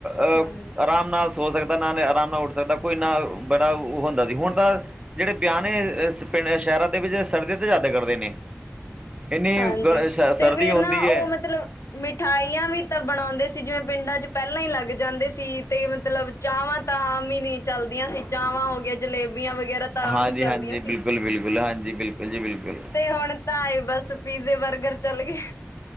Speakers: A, on the right; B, on the left.
A: ਅਹ
B: ਹਾਂ,
A: ਆਰਾਮ ਨਾਲ ਸੋ ਸਕਦਾ ਨਾ ਆਰਾਮ ਨਾਲ ਉੱਠ ਸਕਦਾ ਕੋਈ ਨਾ ਬੜਾ ਉਹ ਹੁੰਦਾ ਸੀ ਹੁਣ ਤਾਂ ਜਿਹੜ <unintelligible> ਨੇ ਪਿੰ ਸ਼ਹਿਰਾਂ ਦੇ ਵਿੱਚ <unintelligible> ਕਰਦੇ ਨੇ ਇੰਨੀ
B: ਹਾਂਜੀ
A: ਗਰ- ਸ-
B: ਤੇ
A: ਸਰਦੀ
B: ਫੇਰ
A: ਹੁੰਦੀ
B: ਨਾ ਉਹ
A: ਹੈ
B: ਮਤਲਬ ਮਿਠਾਈਆਂ ਵੀ ਤਾਂ ਬਣਾਉਂਦੇ ਸੀ ਜਿਵੇਂ ਪਿੰਡਾਂ ਚ ਪਹਿਲਾਂ ਹੀ ਲੱਗ ਜਾਂਦੇ ਸੀ ਤੇ ਮਤਲਬ ਚਾਵਾਂ ਤਾਂ ਆਮ ਹੀ ਨੀ ਚਲਦੀਆਂ ਸੀ ਚਾਵਾਂ ਹੋਗ ਜਲੇਬੀਆਂ ਵਗੈਰਾ ਤਾਂ
A: ਹਾਂਜੀ
B: ਓਵੀ ਚਲਦੀਆਂ
A: ਹਾਂਜੀ ਬਿਲਕੁਲ
B: ਸੀ
A: ਬਿਲਕੁਲ ਹਾਂਜੀ ਬਿਲਕੁਲ ਜੀ ਬਿਲਕੁਲ
B: ਤੇ ਹੁਣ ਤਾਂ ਏ ਬਸ ਪੀਜ਼ੇ ਬਰਗਰ ਚੱਲ ਗਏ